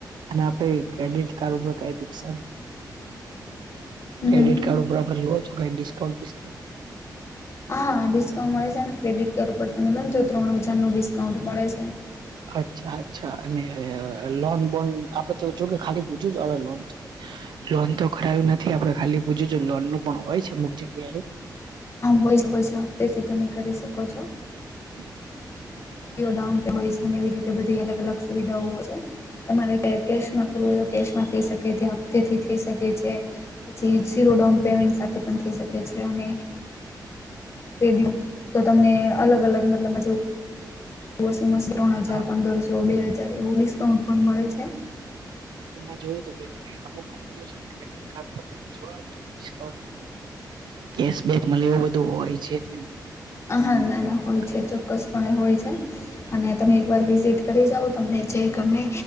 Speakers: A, on the right; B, on the left.
A: અને આપડ ક્રેડિટ કાર્ડ ઉપર કઈ દીશ. ક્રેડિટ્ડ
B: હમ
A: ઉપર જો લો તો કઈ ડિસ્કાઉન્ટ બિસ્કાઉન્ટ
B: હા હા ડિસ્કાઉન્ટ મળે છે ને ક્રેડિટ કાર્ડ ઉપર તમે લો ને તો ત્રણ હજારનું ડિસ્કાઉન્ટ મળે છે.
A: અચ્છા અચ્છા અને લોન બોન આપડે તો જો કે ખાલી પૂછું છું લોન તો લોન તો કરાયું નથી આપડે ખાલી પૂછું લોનનું પણ હોય છે અમુક જગ્યાએ.
B: હોય હોય છે હપ્તેથી તમે કરી શકો છો.
A: હમ.
B: ઝીરો ડાઉન પ હોય છે ને એવી રીતે બધી અલગ અલગ સુવિધાઓ હોય છે. તમારે કેશમાં કરવું કેશમાં થઈ શકે તે હપતીથી થઈ શકે છે. પછી ઝીરો ડાઉન પેમેન્ટ સાથે પણ થઈ શકે છે અને ક્રેડિટ તો તમને અલગ અલગ મતલબ, વોશિંગ મશીન ત્રણ હજાર
A: હા
B: પંદર સ તો બે હજાર એવું ડિસ્કાઉન્ટ પણ મળે છે.
A: એટલે મેં જોયું તું કે અમુક કંપનીઓ છે ને ક્રેડિટ કાર્ડ તમે જોડનું તો ડિસ્કાઉન્ટ મળે કેશબેક મલે એવું બધું હોય છે એટલે
B: હા ના ના
A: <inaudible> ફોન
B: હોય
A: કર્યો.
B: છે ચોક્કસપણે હોય છે અને તમે એકવાર વિઝિટ કરી જાઓ તમને છે ગમે